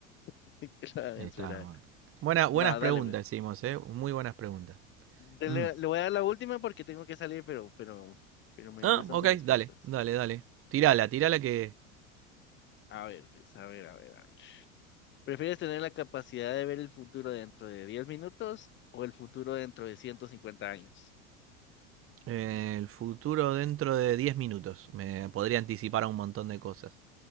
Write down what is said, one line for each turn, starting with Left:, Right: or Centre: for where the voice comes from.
Left: <laughs> ¿qué la voy
Right: Ahí
Left: a esperar?
Right: está, bueno. Buena- buenas
Left: Va,
Right: preguntas
Left: dale, pues.
Right: hicimos, eh, muy buenas preguntas.
Left: Dele-
Right: Mm.
Left: le voy a dar la última porque tengo que salir, pero, pero, pero me
Right: Ah,
Left: gustan
Right: ok,
Left: tus respuestas.
Right: dale, dale, dale. Tirala, tirala que
Left: A ver, pues, a ver, a ver, a ver. ¿Prefieres tener la capacidad de ver el futuro dentro de 10 minutos o el futuro dentro de 150 años?
Right: eh, el futuro dentro de 10 minutos me podría anticipar a un montón de cosas.